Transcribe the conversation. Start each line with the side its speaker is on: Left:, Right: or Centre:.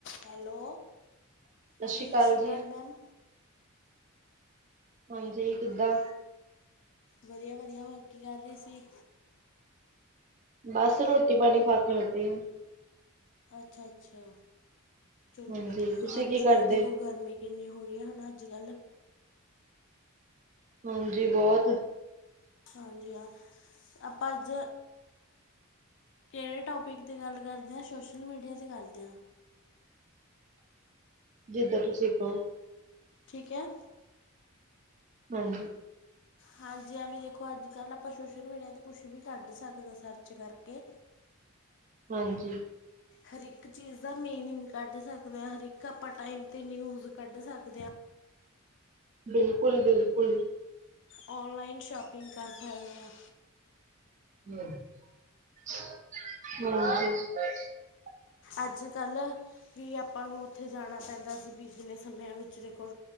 Left: Hello
Right: ਸਤਿ
Left: ਹਾਂਜੀ
Right: ਸ਼੍ਰੀ ਅਕਾਲ
Left: ਸਸ ਸ੍ਰੀ
Right: ਜੀ।
Left: ਕਾਲ ਮੈਮ।
Right: ਹਾਂਜੀ ਕਿੱਦਾਂ?
Left: ਵਧੀਆ-ਵਧੀਆ ਹੋਰ ਕੀ ਕਰ ਰਹੇ ਸੀ।
Right: ਬਸ ਰੋਟੀ ਪਾਣੀ ਖਾ ਕੇ ਹਟੇ ਆ।
Left: ਅੱਛਾ-ਅੱਛਾ ਚਲੋ
Right: ਹਾਂਜੀ,
Left: ਵਧੀਆ
Right: ਤੁਸੀਂ
Left: ਹਾਂਜੀ
Right: ਕੀ ਕਰਦੇ?
Left: ਹ ਦੇਖੋ ਗਰਮੀ ਕਿੰਨੀ ਹੋ ਰਹੀ ਹੈ ਹਣਾ ਅੱਜ ਕੱਲ।
Right: ਹਾਂਜੀ ਬਹੁਤ।
Left: ਹਾਂਜੀ ਹਾਂ ਆਪਾਂ ਅੱਜ ਕਿਹੜੇ ਟੋਪਿਕ ਗੱਲ ਕਰਦੇ ਹਾਂ ਸੋਸ਼ਲ ਮੀਡੀਆ ਕਰਦੇ ਹਾਂ।
Right: ਜਿੱਦਾਂ ਤੁਸੀਂ ਕਹੋ।
Left: ਠੀਕ ਹੈ।
Right: ਹਾਂਜੀ
Left: ਹਾਂਜੀ ਹਾਂ ਵੀ ਦੇਖੋ ਅੱਜ ਕੱਲ੍ਹ ਆਪਾਂ ਸੋਸ਼ਲ ਮੀਡੀਆ ਤੇ ਕੁਛ ਵੀ ਕੱਢ ਸਕਦੇ ਆਂ ਸਰਚ ਕਰਕੇ।
Right: ਹਾਂਜੀ
Left: ਹਰ ਇੱਕ ਚੀਜ਼ ਦਾ ਮੀਨਿੰਗ ਕੱਢ ਸਕਦੇ ਹਾਂ ਹਰ ਇੱਕ ਆਪਾਂ ਟਾਈਮ ਤੇ ਨਿਊਜ਼ ਕੱਢ ਸਕਦੇ ਹਾਂ।
Right: ਬਿਲਕੁਲ-ਬਿਲਕੁਲ
Left: ਔਨਲਾਈਨ ਸ਼ਾਪਿੰਗ ਕਰ ਸੱਕਦੇ ਆ।
Right: <unintelligible>
Left: ਅੱਜਕਲ ਵੀ ਆਪਾਂ ਨੂੰ ਉੱਥੇ ਜਾਣਾ ਪੈਂਦਾ ਸੀ ਪਿਛਲੇ ਸਮਿਆਂ ਵਿੱਚ ਦੇਖੋ